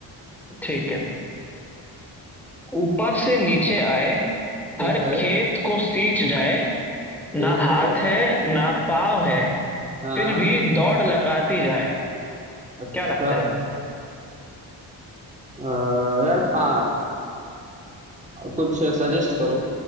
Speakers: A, in the centre; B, on the right (about 15°).
A: ठीक है ऊपर से नीचे आए
B: ठीक
A: हर
B: है
A: खेत को सींच जाए
B: ठीक
A: ना हाथ
B: है
A: है ना पाँव है
B: हाँ
A: फिर भी दौड़ लगाती जाए
B: अच्छा
A: क्या लगता है
B: अ, यार पा, कुछ सजेस्ट करो